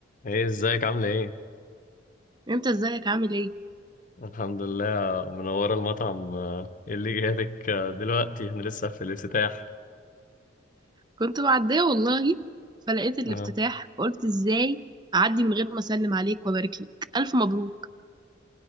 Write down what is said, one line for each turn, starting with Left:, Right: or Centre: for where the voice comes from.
Left: ايه ازيك عاملة ايه؟
Right: انت ازيك عامل ايه
Left: الحمد لله منورة المطعم آه، ايه اللي جاتك آه، دلوقتي احنا لسه في الافتتاح
Right: كنت معديه والله فلقيت الافتتاح
Left: آه.
Right: فقلت ازاي اعدي من غير ما اسلم عليك وابارك لك الف مبروك